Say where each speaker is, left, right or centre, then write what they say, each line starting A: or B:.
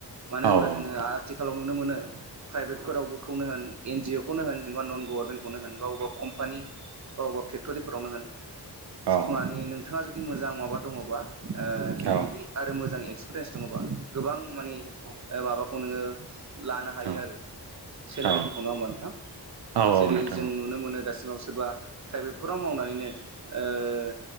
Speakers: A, on the right; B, on the right.
A: मानो होनोब्ला
B: औ औ
A: जोङो
B: नोंथां
A: आथिखालाव नुनो मोनो प्राइभेटफोरावबोनो होन एन जि अ खौनो होन जेनबा नन गभर्नमेन्टखौनो होन बा बबेबा कम्पानि बबा फेक्ट'रिफोरावनो होन
B: औ
A: माने नोंथाङा जुदि मोजां माबा दङबा ओ
B: औ
A: आरो मोजां एक्सपिरियेन्स दङबा गोबां माने माबाखौ नोङो लानो हायो
B: औ
A: आरो सेलारिफोरखौ
B: औ
A: नङा होमबा नोंथां
B: औ
A: जेरै
B: नोंथां
A: जों नुनो मोनो दासिमाव सोरबा प्राइभेटफोराव मावनानैनो ओ